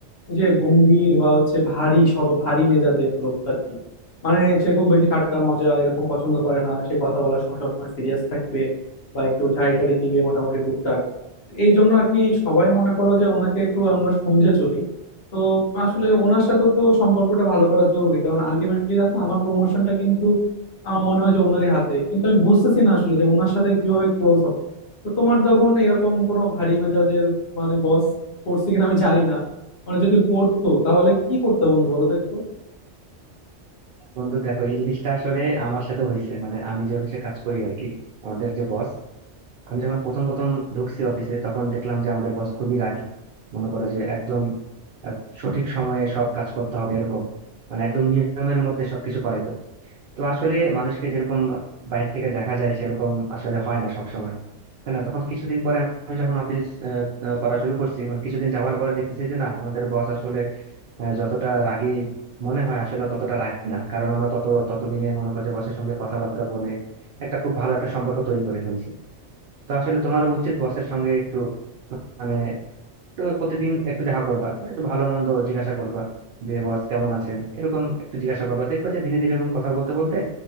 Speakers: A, on the left (about 60°); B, on the right (about 55°).
A: ওই যে গম্ভীর বা হচ্ছে ভারী সব ভারী মেজাজের লোক আর কি মানে সে খুব বেশি ঠাট্টা মজা এরকম পছন্দ করে না সে কথা বলার সময় সবসময় সিরিয়াস থাকবে বা একটু ঝাড়ি টাড়ি দিবে মোটামুটি টুকটাক এই জন্য আর কি সবাই মনে করো যে ওনাকে একটু আমরা সমঝে চলি তো আসলে ওনার সাথেও তো সম্পর্কটা ভালো করা জরুরি কারণ আলটিমেটলি দেখো আমার প্রমোশনটা কিন্তু আমার মনে হয় যে ওনারই হাতে কিন্তু আমি বুঝতেছি না আসলে যে ওনার সাথে কিভাবে ক্লোজ হব তো তোমার যখন এরকম কোনো ভারী মেজাজের মানে বস পড়ছে কিনা আমি জানি না মানে যদি পড়তো তাহলে কি করতে বন্ধু বলো তো একটু
B: বন্ধু দেখো এই জিনিসটা আসলে আমার সাথে হয়েছে মানে আমি যে অফিসে কাজ করি আর কি আমাদের যে বস আমি যখন প্রথম প্রথম ঢুকছি অফিসে তখন দেখলাম যে আমাদের বস খুবই রাগী মনে করো যে একদম আহ, সঠিক সময়ে সব কাজ করতে হবে এরকম মানে একদম নিয়মের মধ্যে সবকিছু করাইতো তো আসলে মানুষকে যেরকম বাইরে থেকে দেখা যায় সেরকম আসলে হয় না সব সময় তাই না তখন কিছুদিন পরে আমি যখন অফিস আহ, আহ, করা শুরু করছি মানে কিছুদিন যাওয়ার পরে দেখতেছি যে না আমাদের বস আসলে আহ, যতটা রাগী মনে হয় আসলে ততটা রাগী না কারণ আমরা তত ততদিনে মনে করি যে বসের সঙ্গে কথাবার্তা বলে একটা খুব ভালো একটা সম্পর্ক তৈরি করে ফেলছি তো আসলে তোমার উচিত বসের সঙ্গে একটু মানে একটু প্রতিদিন একটু দেখা করবা একটু ভালো মন্দ জিজ্ঞাসা করবা যে বস কেমন আছেন এরকম একটু জিজ্ঞাসা করবা দেখবা যে ধীরে ধীরে এরকম কথা বলতে বলতে